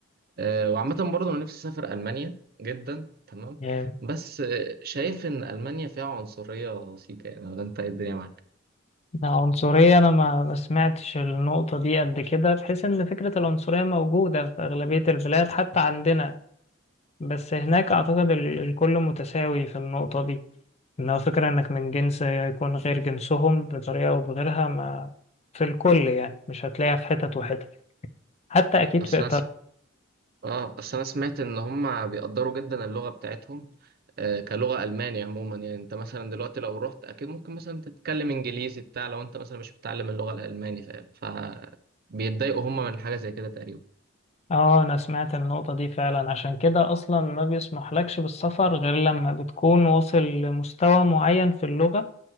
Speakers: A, on the right; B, on the left.
A: آه، وعامه برضو انا نفسي اسافر المانيا جدا تمام
B: يعني
A: بس آه، شايف ان المانيا فيها عنصريه سيكا يعني ولا انت إيه الدنيا معاك
B: عنصرية أنا ما ما سمعتش النقطة دي قد كده بحيث إن فكرة العنصرية موجودة في أغلبية البلاد حتى عندنا بس هناك أعتقد ال- الكل متساوي في النقطة دي لو فكرة إنك من جنس يكون غير جنسهم بطريقة أو بغيرها ما في الكل يعني مش هتلاقيها في حتت وحتت حتى أكيد
A: اصلا
B: في إطار
A: اه اصل انا سمعت ان هم بيقدروا جدا اللغه بتاعتهم آه، كلغه الماني عموما يعني انت مثلا دلوقتي لو رحت اكيد ممكن مثلا تتكلم انجليزي بتاع لو انت مثلا مش بتتعلم اللغه الالماني فاهم فبيتضايقوا هم من حاجه زي كده تقريبا
B: آه أنا سمعت النقطة دي فعلا عشان كده أصلا ما بيسمح لكش بالسفر غير لما بتكون واصل لمستوى معين في اللغة